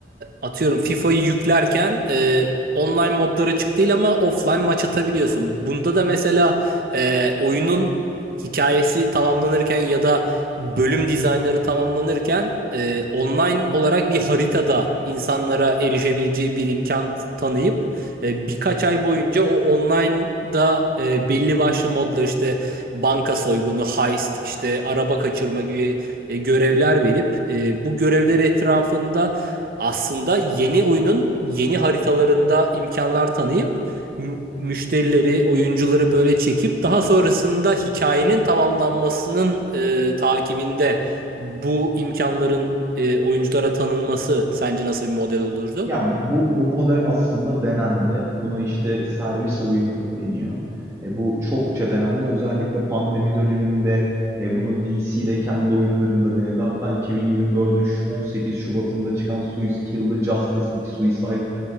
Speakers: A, on the right; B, on the right.
A: atıyorum FIFA'yı yüklerken e, online modları açık değil ama offline maç atabiliyorsun. Bunda da mesela e, oyunun hikayesi tamamlanırken ya da bölüm dizaynları tamamlanırken e, online olarak bir haritada insanlara erişebileceği bir imkan tanıyıp e, birkaç ay boyunca o online'da e, belli başlı modlar işte banka soygunu, heist, işte araba kaçırma gibi e, görevler verip e, bu görevler etrafında aslında yeni oyunun yeni haritalarında imkanlar tanıyıp mü- müşterileri, oyuncuları böyle çekip daha sonrasında hikayenin tamamlanmasının e, takibinde bu imkanların e, oyunculara tanınması sence nasıl bir model olurdu?
B: Ya bu, bu model aslında denendi. Buna işte servis oyunu deniyor. E, bu çokça denendi. Özellikle pandemi döneminde e, bunu DC'de kendi oyunlarında denedi. Hatta 2024'ün şu- 18 Şubat'ında çıkan Suicide Kill the Justice League, Suicide